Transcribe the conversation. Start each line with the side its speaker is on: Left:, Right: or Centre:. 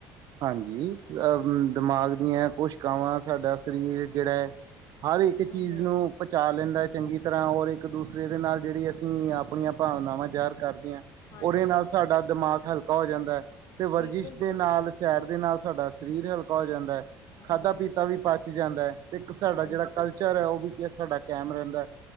Right: ਹਾਂਜੀ ਦਿਮਾਗ ਦੀਆਂ ਕੁਸ਼ਿਕਵਾਂ ਸਾਡਾ ਸਰੀਰ ਜਿਹੜਾ ਹੈ। ਹਰ ਇੱਕ
Left: ਹਮ
Right: ਚੀਜ਼
Left: ਹਮ।
Right: ਨੂੰ। ਪਹੁੰਚਾ ਲੈਂਦਾ ਚੰਗੀ ਤਰ੍ਹਾਂ ਔਰ ਇੱਕ ਦੂਸਰੇ ਦੇ ਨਾਲ ਜਿਹੜੀ ਅਸੀਂ ਆਪਣੀਆਂ ਭਾਵਨਾਵਾਂ ਜ਼ਾਹਿਰ ਕਰਦੇ ਹਾਂ
Left: ਹਾਂਜੀ
Right: ਉਹਦੇ ਨਾਲ
Left: ਹਾਂਜੀ
Right: ਸਾਡਾ ਦਿਮਾਗ ਹਲਕਾ ਹੋ ਜਾਂਦਾ ਹੈ ਤੇ ਵਰਜਿਸ਼
Left: ਬਿਲਕੁਲ ਜੀ
Right: ਦੇ ਨਾਲ ਸੈਰ ਦੇ ਨਾਲ ਸਾਡਾ ਸਰੀਰ ਹਲਕਾ ਹੋ ਜਾਂਦਾ ਹੈ
Left: ਹਾਂਜੀ
Right: ਖਾਧਾ ਪੀਤਾ ਵੀ ਪਚ ਜਾਂਦਾ ਹੈ ਤੇ ਇੱਕ ਸਾਡਾ
Left: ਹਾਂਜੀ
Right: ਜਿਹੜਾ
Left: ਹਾਂਜੀ।
Right: ਕਲਚਰ ਹੈ ਉਹ ਵੀ ਸਾਡਾ ਕਾਇਮ ਰਹਿੰਦਾ